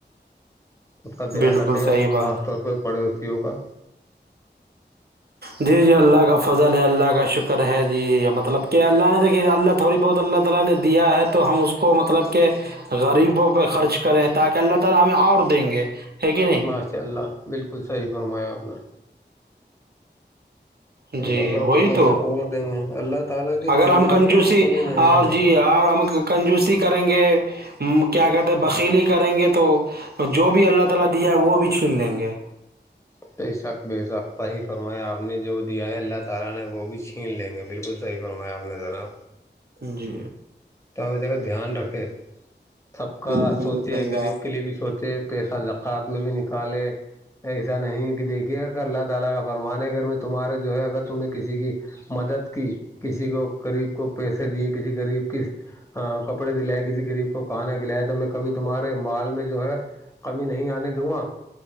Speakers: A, on the left (about 15°); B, on the right (about 60°).
A: اس کا دھیان
B: بالکل
A: رکھے گا
B: صحیح بات
A: خاص طور پہ پڑوسیوں کا <inaudible> <inaudible>
B: جی جی اللہ کا فضل ہے اللہ کا شکر ہے جی مطلب کہ اللہ نے دیکھیے اللہ تھوڑی بہت اللہ تعالی نے دیا ہے تو ہم اس کو مطلب کہ غریبوں پہ خرچ کریں تاکہ اللہ تعالی ہمیں اور دیں گے ہے کہ نہیں <unintelligible>
A: ماشاء اللہ بالکل صحیح فرمایا آپ نے
B: جی
A: اللہ
B: وہی
A: تعالی
B: تو
A: ہمیں اور دیں گے اللہ تعالی کے
B: اگر
A: دربار
B: ہم کنجوسی
A: میں جو کمی نہیں
B: اور
A: ہے
B: جی اور ہم کنجوسی کریں گے کیا کہتے ہیں بکیلی کریں گے تو جو بھی اللہ تعالی دیا ہے وہ بھی چھین لیں گے
A: بے شک بے سق پہ ہی فرمایا آپ نے جو دیا ہے اللہ تعالی نے وہ بھی چھین لیں گے بالکل صحیح فرمایا آپ نے زرا
B: جی
A: تو ہمیں دیکھا دھیان رکھے سب کا
B: بالکل بالکل
A: سوچے
B: صحیح
A: غریب
B: بات
A: کے لیے بھی سوچے پیسہ زکوۃ میں بھی نکالے ایسا نہیں کہ دیکھیے اگر اللہ تعالی کا فرمان ہے اگر میں تمہارے جو ہے اگر تم نے کسی کی مدد کی کسی کو غریب کو پیسے دیے کسی غریب کس کپڑے دلائے کسی غریب کو کہانا دلیا تو میں کبھی تمہارے مال میں جو ہے کمی نہیں آنے دوں گا